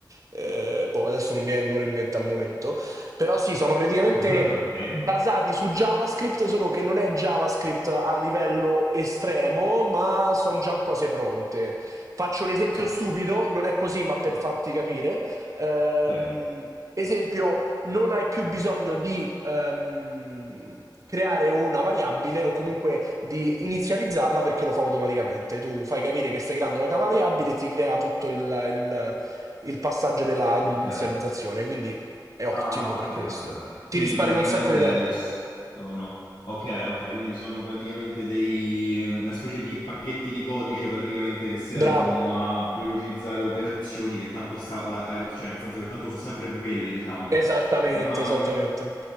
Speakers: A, on the right; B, on the left.
A: eh, boh, adesso non mi vengono in mente al momento però sì, sono praticamente
B: <laughs>
A: basati
B: ok,
A: su JavaScript, solo che non è JavaScript a livello estremo, ma sono già cose pronte. Faccio un esempio
B: ok,
A: stupido, non è così, ma per
B: sì,
A: farti capire. Ehm,
B: sì,
A: esempio, non hai più bisogno di ehm, creare una variabile o comunque di inizializzarla perché lo fa automaticamente. Tu fai capire che stai creando una variabile e ti crea tutto il, il- il passaggio della- dell'inizializzazione.
B: ok.
A: Quindi è ottimo
B: Ah, ok,
A: per questo.
B: ok, ok.
A: Ti
B: Quindi
A: risparmia
B: praticamente
A: un sacco di tempo.
B: s- sono... Ok, ok, quindi sono praticamente dei... una specie di pacchetti di codice praticamente che servono
A: Bravo.
B: a velocizzare operazioni che tanto sta... la- eh, cioè nel senso che tanto sono sempre quelle, diciamo.
A: Esattamente,
B: Ma...
A: esattamente.